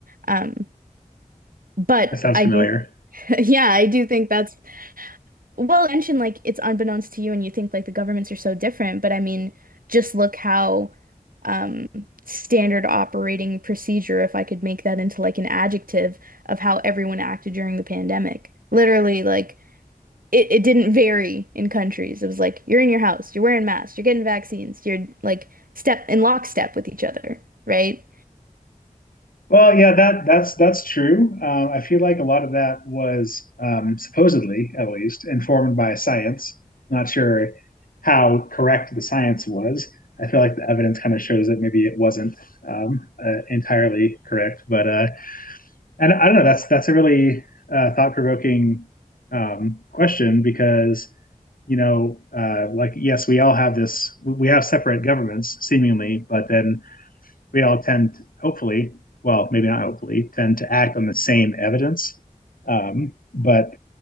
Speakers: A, on the right (about 90°); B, on the left (about 85°).
A: Um, but
B: That sounds
A: I
B: familiar.
A: do, <laughs> yeah, I do think that's well, you mentioned like it's unbeknownst to you, and you think like the governments are so different, but I mean, just look how um, standard operating procedure, if I could make that into like an adjective of how everyone acted during the pandemic. Literally, like it, it didn't vary in countries. It was like you're in your house, you're wearing masks, you're getting vaccines, you're like step in lockstep with each other, right?
B: Well, yeah, that that's that's true. Uh, I feel like a lot of that was um, supposedly, at least, informed by science. Not sure how correct the science was. I feel like the evidence kind of shows that maybe it wasn't um, uh, entirely correct. But uh, and I don't know. That's that's a really uh, thought-provoking um, question because you know, uh, like yes, we all have this. We have separate governments seemingly, but then we all tend, to, hopefully, well, maybe not hopefully, tend to act on the same evidence. Um, but